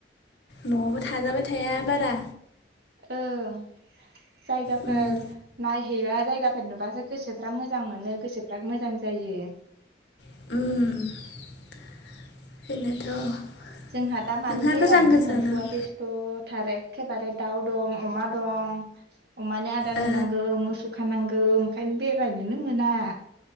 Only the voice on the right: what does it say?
ओह जायगाफोर
नायहैबा जायगाफोर नुबासो गोसोफ्रा मोजां मोनो गोसोफ्रा मोजां जायो।
जोंहा दा मानि
बेरायनोनो
मोनथ'वा बेस थ' थार एखेबारे दाउ दं, अमा दं। अमानो आदार
होनांगौ, मोसौ खानांगौ ओंखायनो बेरायनोनो मोना।